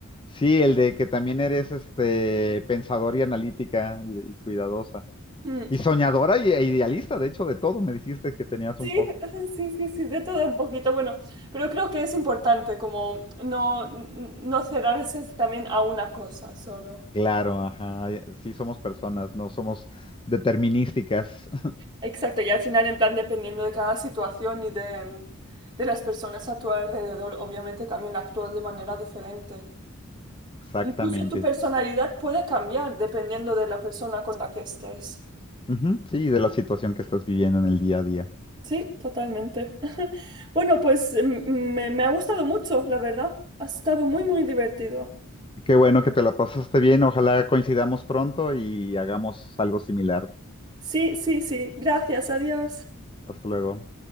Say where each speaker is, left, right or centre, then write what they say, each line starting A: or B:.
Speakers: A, on the left; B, on the right.
A: Sí, el de que también eres este pensadora y analítica y, y cuidadosa.
B: Mm,
A: Y soñadora y- e idealista, de hecho, de todo me dijiste que tenías
B: Sí,
A: un poco.
B: <laughs> sí, sí, sí, de todo un poquito, bueno, pero creo que es importante como no, no cerrarse también a una cosa solo.
A: Claro, ajá. Sí, somos personas, no somos determinísticas. <laughs>
B: Exacto, y al final, en plan, dependiendo de cada situación y de, de las personas a tu alrededor, obviamente también actúas de manera diferente.
A: Exactamente.
B: Incluso tu personalidad puede cambiar dependiendo de la persona con la que estés.
A: Ujú, Sí, de la situación que estás viviendo en el día a día.
B: Sí, totalmente. <laughs> Bueno, pues m- me, me ha gustado mucho, la verdad. Ha estado muy, muy divertido.
A: Qué bueno que te la pasaste bien. Ojalá coincidamos pronto y hagamos algo similar.
B: Sí, sí, sí. Gracias, adiós.
A: Hasta luego.